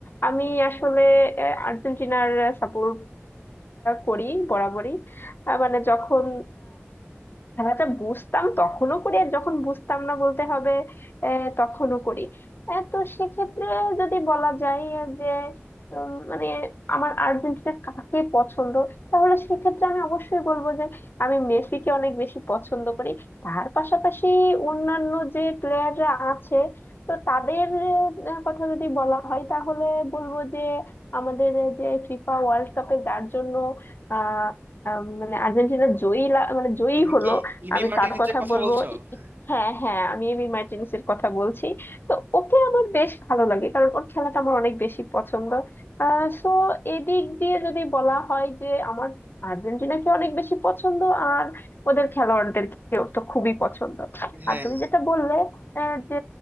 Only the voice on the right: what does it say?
তুমি
কি ইমি
মার্টিনেজের
কথা
বলছো হ্যাঁ
হ্যাঁ,